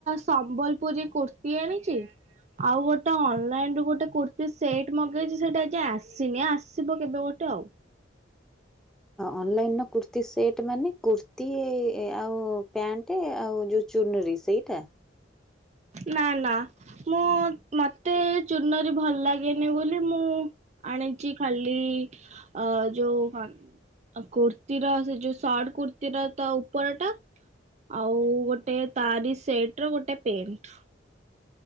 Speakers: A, on the right; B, in the centre.
A: ସମ୍ବଲପୁରୀ କୁର୍ତ୍ତିୀ ଆଣିଚି। ଆଉଗୋଟେ ଅନଲାଇନରୁ ଗୋଟେ କୁର୍ତ୍ତୀ ସେଟ୍ ମଗେଇଚି ସେଇଟା ଏଜାଏଁ ଆସିନି ଆସିବ କେବେ ଗୋ ଟେ ଆଉ।
B: ଅନଲାଇନର କୁର୍ତ୍ତୀସେଟ୍ ମାନେ କୁର୍ତ୍ତୀ ଆଉ ପ୍ୟାଣ୍ଟ୍ ଆଉ ଯୋଉ ଚୁନୁରି ସେଇଟା।
A: ନା ନା ମୁଁ ମତେ ଚୁନରେ ଭଲ ଲାଗେନି ବୋଲି ମୁଁ ଆଣିଚି ଖାଲି ଅ ଯୋଉ କନ୍ ଆଉ କୁର୍ତ୍ତିୀର ସେ ଯୋଉ ସର୍ଟ କୁର୍ତ୍ତିୀର ତା ଉପର ଟା। ଆଉ ଗୋଟେ ତାରି ସେଟ ର ଗୋଟେ ପେଣ୍ଟ୍।